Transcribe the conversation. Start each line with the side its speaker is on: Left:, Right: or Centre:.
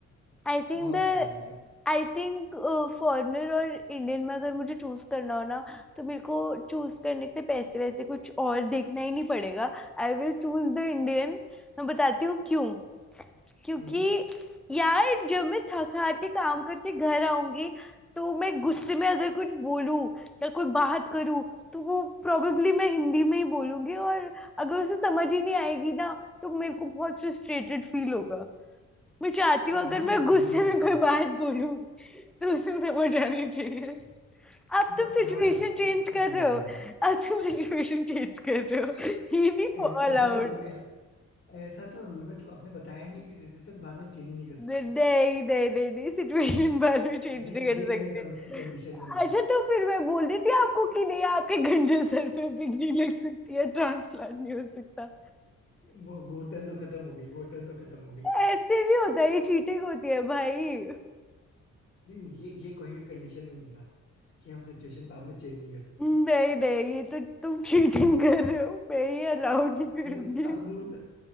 Centre: I think
Left: बहुत
Centre: the
Left: काला इनफैक्ट
Centre: I think foreigner और इंडियन में अगर मुझे चूज करना हो ना तो मेरे को चूज करने के लिए पैसे वैसे कुछ और देखना ही नहीं पड़ेगा I will choose the Indian मैं बताती हूँ क्यों क्योंकि
Left: क्यों
Centre: यार जब मैं थक हार के काम करके घर आऊंगी तो मैं गुस्से में अगर कुछ बोलूं या कोई बात करूं तो वो प्रोबेबली मैं हिंदी में ही बोलूंगी और अगर उसे समझ ही नहीं आएगी ना तो मेरे को बहुत फ्रस्ट्रेटेड फील होगा मैं चाहती हूँ अगर
Left: मान
Centre: मैं
Left: लो उसको
Centre: गुस्से
Left: हिंदी
Centre: में
Left: आती
Centre: कोई
Left: हो
Centre: बात बोलूं तो उसे समझ आनी चाहिए अब तुम
Left: बट
Centre: सिचुएशन
Left: मान लो उसको
Centre: चेंज
Left: उसको
Centre: कर
Left: समझ
Centre: रहे
Left: आ
Centre: हो
Left: रही हो
Centre: अब तुम सिचुएशन चेंज कर रहे हो हिंदी नहीं
Left: ऐस, ऐसा
Centre: अलाउड
Left: तो रू- ऐस, ऐसा तो रूल में तो आपने बताया ही नहीं कि सिचुएशन बाद में चेंज नहीं कर सकते
Centre: नहीं नहीं नहीं नहीं सिचुएशन बाद में चेंज
Left: ये
Centre: नहीं कर
Left: ये
Centre: सकते
Left: कहीं टर्म्स एंड कंडीशन में नहीं
Centre: अच्छा
Left: था
Centre: तो फिर मैं बोल देती आपको कि नहीं आपके गंजे सर पे पिक नहीं लग सकती है ट्रांसप्लांट नहीं हो सकता
Left: वो वो टर्न तो खत्म हो गई वो टर्न तो खत्म हो गई
Centre: ऐसे भी होता है ये चीटिंग होती है भाई
Left: नहीं नहीं ये ये कहीं भी कंडीशन में नहीं था कि हम सिचुएशन बाद में चेंज नहीं कर सकते
Centre: नहीं नहीं ये तो तुम चीटिंग कर रहे हो मैं ये अलाउ नहीं करूंगी
Left: फिर आप रूल